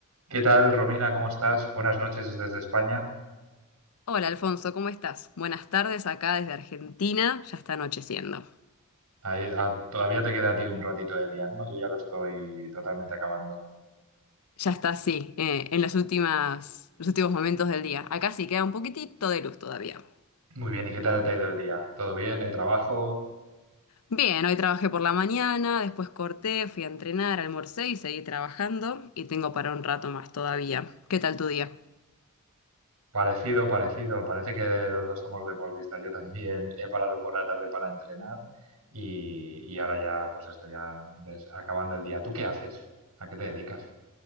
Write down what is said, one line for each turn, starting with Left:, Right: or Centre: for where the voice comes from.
Right: ¿Qué tal, Romina? ¿Cómo estás? Buenas noches desde España.
Left: Hola Alfonso, ¿cómo estás? Buenas tardes acá desde Argentina, ya está anocheciendo.
Right: Ahí- ah, todavía te queda a ti un ratito de día, ¿no? Yo ya lo estoy totalmente acabando.
Left: Ya está así, eh, en las últimas, los últimos momentos del día. Acá sí queda un poquitito de luz todavía.
Right: Muy bien, ¿y qué tal te ha ido el día? ¿Todo bien? ¿El trabajo?
Left: Bien, hoy trabajé por la mañana, después corté, fui a entrenar, almorcé y seguí trabajando y tengo para un rato más todavía. ¿Qué tal tu día?
Right: Parecido, parecido. Parece que los dos somos deportistas. Yo también he parado por la tarde para entrenar y, y ahora ya, pues esto ya des- acabando el día. ¿Tú qué haces? ¿A qué te dedicas?